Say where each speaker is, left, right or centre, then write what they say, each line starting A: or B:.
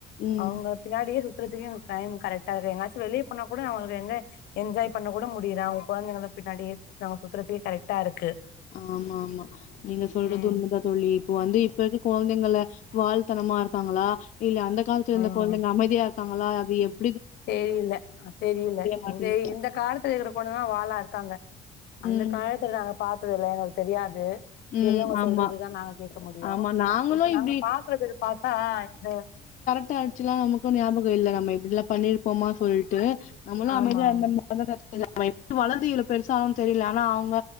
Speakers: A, on the left (about 50°); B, on the left (about 75°).
A: ம்.
B: அவ்ங்க பின்னாடியே சுத்துறதுக்கே எனக்கு டைமு கரெக்ட்டா இருக்கு எங்காச் வெளிய போனா நமளுக்கு எங்க என்ஜாய் பண்ண கூட முடியல அவ்ங்க கொழந்தைங்கள பின்னாடியே நம்ம சுத்துறதுக்கே கரெக்ட்டா இருக்கு
A: ஆமா ஆமா நீங்க சொல்றது
B: ம்
A: உண்ப தோழி இப்போ வந்து இப்ப இருக்க கொழ்ந்தைங்கள வால்தனமா இருக்காங்களா இல்ல அந்த கால்த்துல இருந்த
B: ஆமா
A: கொழந்தைங்க அமைதியா இருக்காங்களா அது எப்
B: தெரில அ தெரில
A: மாட்டேங்குது.
B: இந்த இந்த காலத்துல இருக்கிற கொழ்ந்ததா வாலா இருக்காங்க அந்த
A: ம்,
B: காலத்துல நாங்க பாத்தது இல்ல எங்களுக்கு தெரியாது
A: ம்.
B: பெரியவ்ங்க
A: ஆமா.
B: சொல்றதுதா நாங்க கேக்க முடியு
A: ஆமா நாங்களு
B: இப்ப
A: இப்டி
B: நாங்க பாக்குறது பாத்தா இந்த
A: ட்ட அடிச்சுலா நமக்கு ஞாபகோ இல்ல நம்ம இப்டிலா பண்ணிர்போமா சொல்ட்டு நம்மளு
B: ஆமா
A: அமைதியா
B: ஆமா
A: இருந்த <inaudible> வழந்து இவ்ளோ பெருசாவு தெரில ஆனா அவ்ங்க